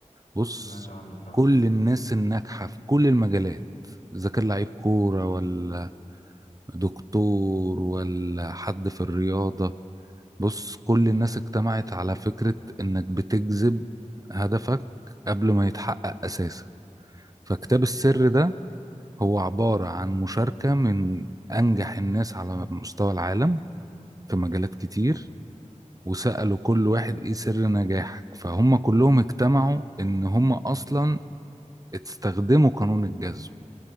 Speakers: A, on the right; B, on the left.
A: بص
B: سمعت عنه فعلا
A: كل الناس الناجحة في كل المجالات إذا كان لعيب كورة ولا دكتور ولا حد في الرياضة بص كل الناس اجتمعت على فكرة إنك بتجذب هدفك قبل ما يتحقق أساسا فكتاب السر ده هو عبارة عن مشاركة من أنجح الناس على مستوى العالم في مجالات كتير وسألوا كل واحد إيه سر نجاحك فهم كلهم اجتمعوا إن هم أصلا استخدموا قانون الجذب